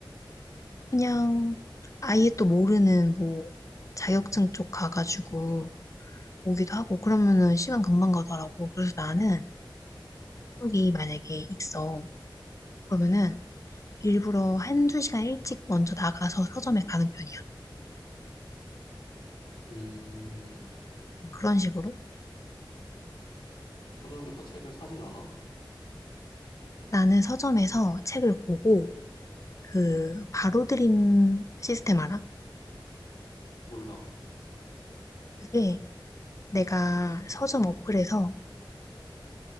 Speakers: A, on the left; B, on the left.
A: 그냥 아예 또 모르는 뭐 자격증 쪽 가가지고 오기도 하고, 그러면은 시간 금방 가더라고. 그래서 나는 약속이 만약에 있어. 그러면은 일부러 한두 시간 일찍 먼저 나가서 서점에 가는 편이야.
B: 음.
A: 그런 식으로.
B: 서점에서 책을 사진 않아?
A: 나는 서점에서 책을 보고 그 바로 드림 시스템 알아?
B: 몰라.
A: 그게 내가 서점 어플에서